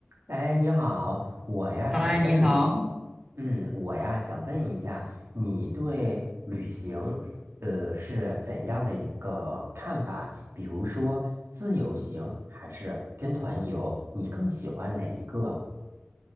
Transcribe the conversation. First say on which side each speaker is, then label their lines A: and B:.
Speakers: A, on the right (about 70°); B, on the right (about 15°).
A: 哎，你好，我呀想问一，
B: 嗨，你好。
A: 嗯，我呀想问一下，你对旅行，呃，是怎样的一个看法？比如说自由行还是跟团游，你更喜欢哪一个？